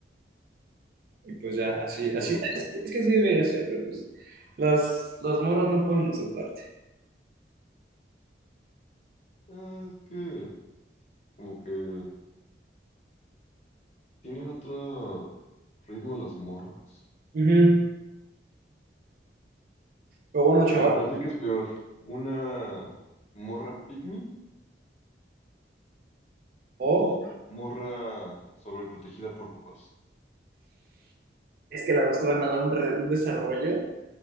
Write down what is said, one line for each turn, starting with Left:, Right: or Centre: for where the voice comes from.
Right: Y pues ya, así,
Left: Sí,
Right: así, es, es que así debería ser, pero pues las, las morras no pueden aceptarte.
Left: ah, es que como que tienen otro ritmo las morras.
Right: Ujú. Pero bueno,
Left: Sí,
Right: chaval,
Left: A ver, para ti, ¿qué es peor? ¿Una morra pygmy?
Right: o
Left: O morra sobreprotegida por papás.
Right: es que las dos te van a dar un, re- un desarrollo